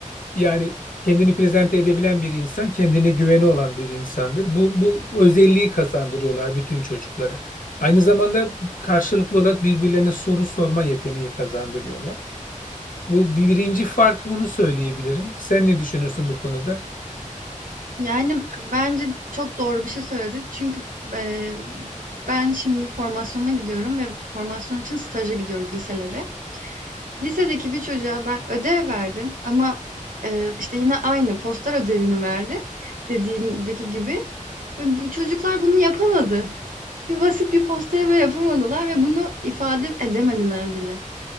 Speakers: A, on the left; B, on the right.
A: yani kendini prezente edebilen bir insan, kendine güveni olan bir insandır. Bu, bu özelliği kazandırıyorlar bütün çocuklara. Aynı zamanda karşılıklı olarak birbirlerine soru sorma yeteneği kazandırıyorlar. Bu birinci fark bunu söyleyebilirim. Sen ne düşünüyorsun bu konuda?
B: Yani bence çok doğru bir şey söyledi. Çünkü eee, ben şimdi formasyona gidiyorum ve formasyon için staja gidiyoruz liselere. Lisedeki bir çocuğa ben ödev verdim ama eee, işte yine aynı poster ödevini verdim dediğindeki gibi. Ve bu çocuklar bunu yapamadı. Bir basit bir posteri bile yapamadılar ve bunu ifade edemediler bile.